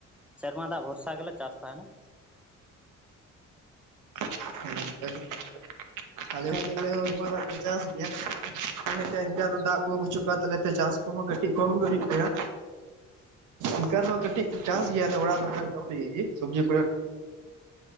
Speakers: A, in the centre; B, on the right (about 85°).
A: ᱥᱮᱨᱢᱟ ᱫᱟᱜ ᱵᱷᱚᱨᱥᱟ ᱜᱮᱞᱮ ᱪᱟᱥ ᱛᱟᱦᱮᱱᱟ᱾
B: ᱦᱩᱸ <unintelligible> ᱟᱞᱮᱦᱢᱟ ᱫᱟᱜ ᱞᱮ ᱪᱟᱥ ᱜᱮᱭᱟ ᱢ ᱤᱱᱠ ᱫᱚ ᱫᱟᱜ ᱵᱟᱹᱪᱩᱜ ᱠᱚᱣᱟ ᱛᱟᱞᱮ ᱪᱟᱥ ᱠᱩᱦᱚᱸ ᱠᱟᱹᱴᱤᱡ ᱠᱚᱢ ᱜᱮ ᱦᱩᱭᱩᱜ ᱛᱟᱭᱟ?
A: <inaudible>
B: ᱚᱱᱠᱟ ᱨᱮᱦᱚᱸ ᱠᱟᱹᱴᱤᱡ ᱪᱟᱥ
A: ᱦᱮᱸ ᱦᱚᱸ
B: ᱜᱮᱭᱟᱞᱮ ᱚᱲᱟᱜ ᱫᱚ ᱡᱚᱢ ᱞᱟᱹᱜᱤᱫ ᱜᱮ ᱥᱚᱵᱡᱤ ᱠᱚᱨᱮ